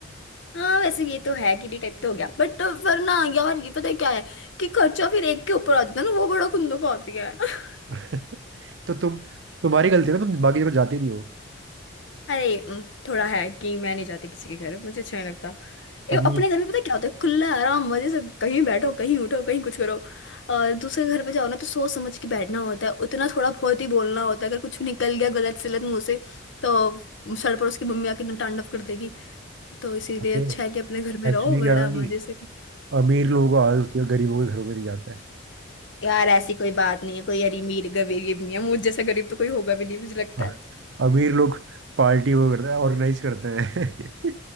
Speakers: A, on the left; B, on the right.
A: हाँ वैसे ये तो है किडी टाइप तो हो गया बट तो वरना यार ये पता है क्या है कि खर्चा फिर एक के ऊपर आ जाता है ना वो बड़ा कुंदो का होती है <laughs>
B: <laughs> तो तुम तुम्हारी गलती है ना तुम बाकी जगह जाते नहीं हो
A: अरे उम, थोड़ा है कि मैं नहीं जाती किसी के घर मुझे अच्छा नहीं लगता ए,
B: अमीर
A: अपने घर में पता है क्या होता है खुला आराम मजे से कहीं बैठो कहीं उठो कहीं कुछ करो और दूसरे घर पे जाओ ना तो सोच समझ के बैठना होता है उतना थोड़ा बहुत ही बोलना होता है अगर कुछ निकल गया गलत सलत मुंह से तो सर पर उसकी मम्मी आके तांडव कर देगी तो इसीलिए
B: जाते
A: अच्छा है कि अपने घर में
B: एक्चुअली
A: रहो बड़ा
B: क्या है ना
A: मजे
B: कि
A: से
B: अमीर लोगों को आदत होती है गरीबों के घरों में नहीं जाता है
A: यार ऐसी कोई बात नहीं है कोई अमीर गरीब नहीं है मुझ जैसा गरीब तो कोई होगा भी नहीं मुझे लगता है
B: <laughs> अमीर लोग पार्टी वो करते हैं ऑर्गेनाइज करते हैं